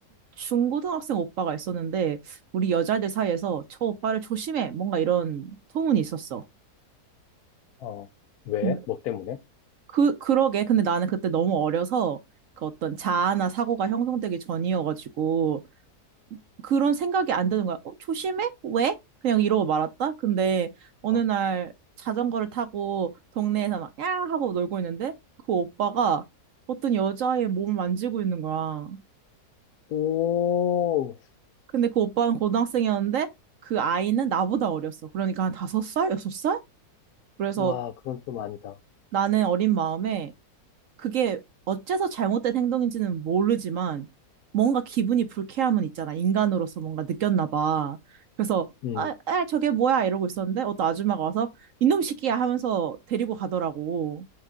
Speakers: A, on the right; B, on the left.
A: 중고등학생 오빠가 있었는데 우리 여자애들 사이에서 저 오빠를 조심해! 뭔가 이런 소문이 있었어.
B: 어, 왜?
A: 근-
B: 뭐 때문에?
A: 그, 그러게. 근데 나는 그때 너무 어려서 그 어떤 자아나 사고가 형성되기 전이어가지고 그런 생각이 안 드는 거야. 어, 조심해? 왜? 그냥 이러고 말았다. 근데 어느
B: 어,
A: 날 자전거를 타고 동네에서 막, 야! 하고 놀고 있는데 그 오빠가 어떤 여자의 몸을 만지고 있는 거야.
B: 오,
A: 근데 그 오빠는 고등학생이었는데 그 아이는 나보다 어렸어. 그러니까 한 다섯 살? 여섯 살? 그래서
B: 와, 그건 좀 아니다.
A: 나는 어린 마음에 그게 어째서 잘못된 행동인지는 모르지만 뭔가 기분이 불쾌함은 있잖아. 인간으로서 뭔가 느꼈나 봐. 그래서
B: 음.
A: 아, 에, 저게 뭐야 이러고 있었는데 어떤 아줌마가 와서 이놈 시끼야 하면서 데리고 가더라고.